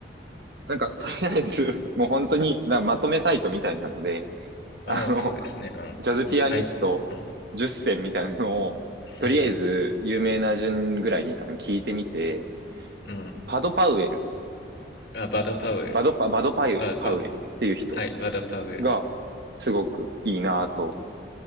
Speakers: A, on the right; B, on the left.
A: なんか、とりあえず、<laughs> もう本当に、なまとめサイトみたいなので、
B: ああそうですねう
A: あの、ジャズピアニスト10選みたいなのを、
B: んうん最近うん、<laughs>
A: とりあえず、有名な順ぐらいに多分聞いてみて、
B: うん、
A: パド・パウエル、
B: あバド・パウエル
A: バドパ、バドパウ、
B: ババ
A: パウエルっていう人
B: はいバド・パウエル
A: が、すごくいいなぁと、